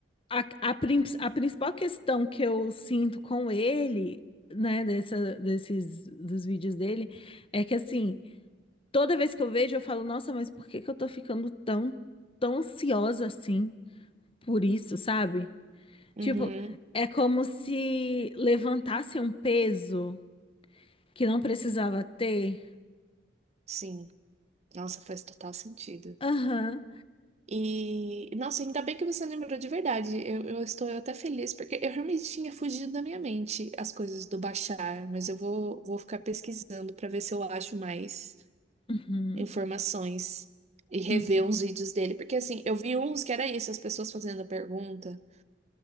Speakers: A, on the left (about 30°); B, on the right (about 35°).
A: A, a, prin- a principal questão que eu sinto com ele, né, dessa, desses, dos vídeos dele, é que assim, toda vez que eu vejo, eu falo, nossa, mas por que que eu tô ficando tão, tão ansiosa assim por isso, sabe?
B: Uhum,
A: Tipo, é como se levantasse um peso que não precisava ter.
B: sim. Nossa, faz total sentido.
A: Aham.
B: E, nossa, ainda bem que você lembrou de verdade. Eu, eu estou até feliz, porque eu realmente tinha fugido da minha mente as coisas do Bashar, mas eu vou, vou ficar pesquisando para ver se eu acho mais.
A: Uhum.
B: informações e rever
A: Uhum.
B: uns vídeos dele, porque assim, eu vi uns que era isso, as pessoas fazendo a pergunta,